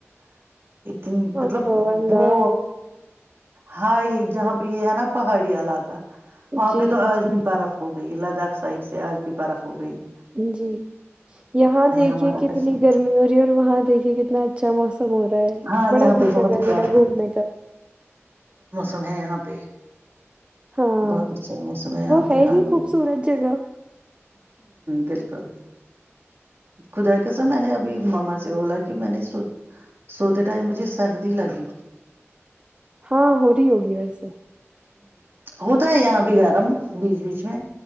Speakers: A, on the right (about 55°); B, on the right (about 25°).
A: <inaudible> اتنی
B: او
A: مطلب
B: ہو اللہ
A: وہ ہاں جہاں پہ یہ ہے نا پہاڑی علاقہ وہاں
B: جی
A: پہ تو
B: جی
A: آج بھی برف ہو گئی ھ سائڈ سے آج بھی برف ہو رہی ہے
B: جی یہاں دیکھیے
A: ہمارا
B: کتنی
A: کشمیر
B: گرمی ہو رہی ہے اور وہاں دیکھیے کتنا اچھا موسم ہو رہا ہے
A: ہاں
B: بڑا
A: یہاں
B: دل
A: پہ بہت
B: کر رہا
A: ہی
B: ہے
A: پیارا
B: میرا گھومنے کا
A: تم ہے یہاں پہ
B: ہاں
A: بہت اچھا موسم یہاں
B: وہ ہے
A: پہ ہاں
B: ہی خوبصورت
A: یہ
B: جگہ
A: بالکل خدا کا میں نے ابھی ماما سے بولا کہ میں نے سو سوتے ٹائم مجھے سردی لگی
B: ہاں ہو رہی ہوگی ویسے
A: ہوتا ہے یہاں بھی گرم بیچ بیچ میں